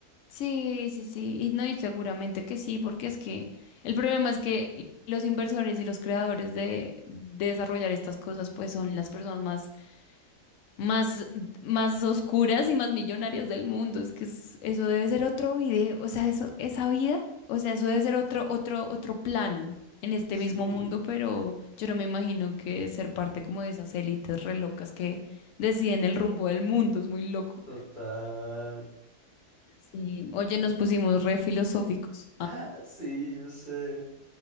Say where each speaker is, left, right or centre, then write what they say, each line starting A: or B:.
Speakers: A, on the left; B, on the left.
A: Sí, sí, sí. Y no, y seguramente que sí, porque es que el problema es que los inversores y los creadores de, de desarrollar estas cosas, pues son las personas más, más, más oscuras y más millonarias del mundo. Es que es- eso debe ser otro video, o sea, eso, esa vida, o sea, eso debe ser otro, otro, otro plano en este
B: sí,
A: mismo mundo, pero yo no me imagino que ser parte como de esas élites re locas que deciden el rumbo del mundo. Es muy loco.
B: total.
A: Sí, oye, nos pusimos re filosóficos.
B: Ah, sí, yo sé.